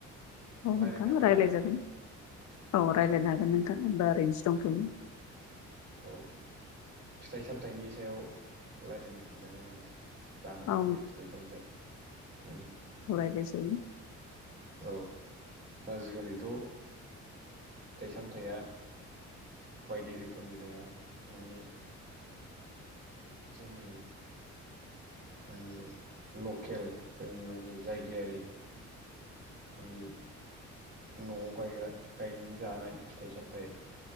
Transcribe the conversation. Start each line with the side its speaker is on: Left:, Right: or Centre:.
Left: औ
Right: रायज्लायनो
Left: नोंथाङा
Right: हागोन
Left: रायज्लाय
Right: दा
Left: जागोन औ
Right: उम
Left: रायज्लायनो हागोन नोंथां होनोमबा ओरैनोसो दंथयो।
Right: औ फिथाइ सामथायाइनि सायाव रायज्लायनो सानदोंमोन आङो। जानाय
Left: औ
Right: लोंनाय फिथाइ सामथाइ ओम।
Left: अरायज्लाय जायो।
Right: औ आजिखालिथ' फिथाइ सामथाइया बायदि रोखोमनि दङ मानि जोंनि। मानि लकेल जोंनि मानि जायगायारि मानि न'आव गायग्रा गायनानै जानाय फिथाइ सामथायाइ